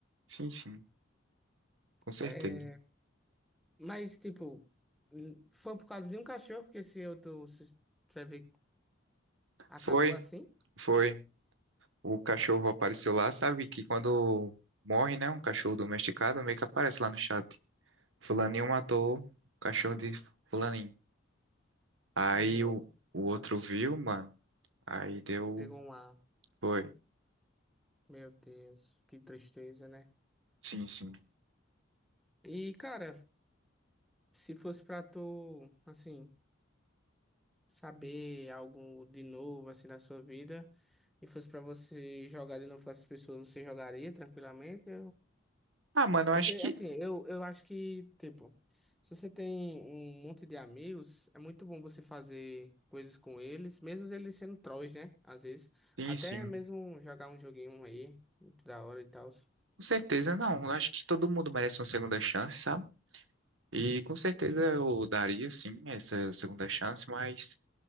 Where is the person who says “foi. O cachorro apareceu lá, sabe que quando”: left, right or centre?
Right